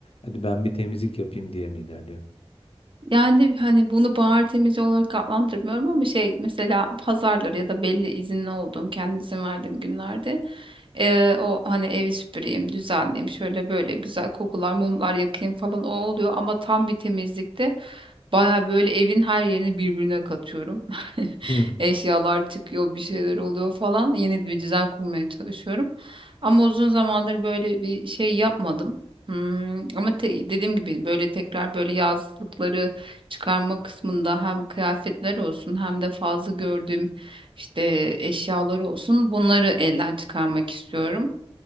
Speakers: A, on the left; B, on the right.
A: Hadi ben bir temizlik yapayım diye mi ilerliyorsun?
B: Yani hani bunu bahar temizliği olarak adlandırmıyorum ama şey mesela pazarları ya da belli izinli olduğum kendim izin verdiğim günlerde eee, o hani evi süpüreyim düzenleyeyim şöyle böyle güzel kokular mumlar yakayım falan o oluyor ama tam bir temizlikte Baya böyle evin her yerini birbirine katıyorum. <laughs>
A: Hı
B: Eşyalar çıkıyor, bir şeyler oluyor falan. Yeni bir düzen kurmaya çalışıyorum. Ama uzun zamandır böyle bir şey yapmadım. Hmm, ama te- dediğim gibi böyle tekrar böyle yazlıkları çıkarma kısmında hem kıyafetler olsun hem de fazla gördüğüm işte eşyaları olsun bunları elden çıkarmak istiyorum.